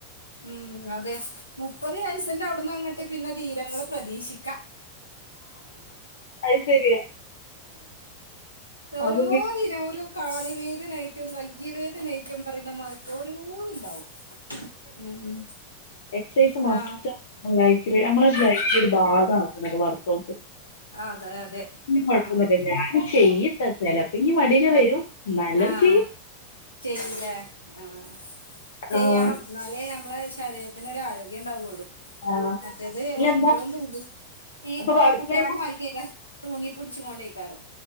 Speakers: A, on the left (about 85°); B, on the left (about 60°).
A: ഊം അതെ മുപ്പത് വയസ്ന്റെ അവിടന്ന് അങ്ങ ട്ട് പിന്നെ ദീരങ്ങള് പ്രതീക്ഷിക്കാ.
B: അത് ശരിയാ
A: ഓരോ
B: അപ്പൊ പിന്നെ
A: ദിന ഒരു കാല് വേദനായ്റ്റും കൈ യ്യ് വേദനായ്റ്റും പറയുന്ന മാരി ഓരോന്ന് ഇണ്ടാവും. ഉ ഉം
B: ക്സൈസ് മസ്റ്റാ...
A: ആഹ്
B: മ്മളെ ലൈഫില് നമ്മള ലൈഫിൻ്റെ ഒരു ബാഗാ. ടക്ക്ണത് work out.
A: അതെ അതെ
B: <unintelligible> കൊഴപ്പൊന്നുല്ല.
A: ആഹ്
B: ഞാനൊക്കെ ഈ <unintelligible> അപ്പ ഇൻക്ക് മടിയൊക്കെ വരും. എന്നാലും
A: ആഹ്
B: ചെയ്യും
A: ചെയ്യുലേ ആഹ് ചെയ്യണം
B: ആഹ്
A: ന്നാലേ നമ്മളെ ശരീരത്തിന് ഒരാരോഗ്യംണ്ടാവൊള്ളൂ
B: ആഹ്
A: മറ്റേത്
B: ഇല്ല
A: എപ്പളും
B: എന്താ
A: തൂങ്ങി ഈ
B: അപ്പൊ
A: കോഴിക്കുട്ട്യളെ
B: അടുക്കളയിലാ
A: മാതിരിയൊക്കെ തൂങ്ങി പുട്ച്ച്ങ്ങോണ്ടെയ്ക്കാരം